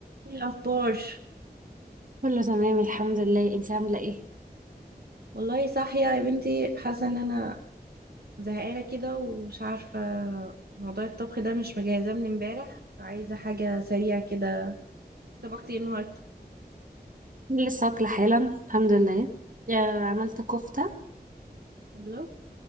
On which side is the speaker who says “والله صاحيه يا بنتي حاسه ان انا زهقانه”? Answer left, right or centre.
Right